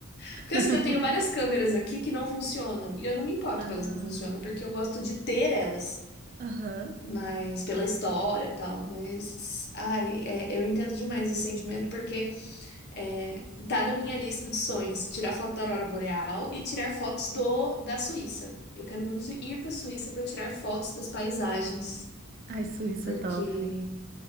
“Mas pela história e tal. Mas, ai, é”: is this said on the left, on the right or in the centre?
Left